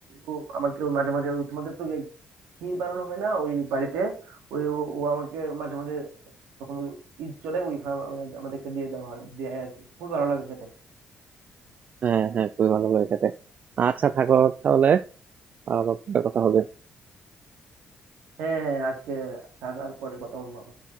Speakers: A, on the right; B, on the right.
A: ও আমাকে ওই মাঝে মাঝে ওই তোমাদের তো এই ক্ষীর বানানো হয় না ওই বাড়িতে ওই ও ও আমাকে মাঝে মাঝে যখন ওই ঈদ চলে ওই খাবার আমাদের- আমাদেরকে দিয়ে দেওয়া হয় দেয় আর কি খুবই ভালো লাগে খেতে
B: হ্যাঁ হ্যাঁ খুবই ভালো করে খেতে আচ্ছা থাকো তাহলে আবার পরে কথা হবে
A: হ্যাঁ হ্যাঁ আজকে থাকার পরে কথা বলবো আবার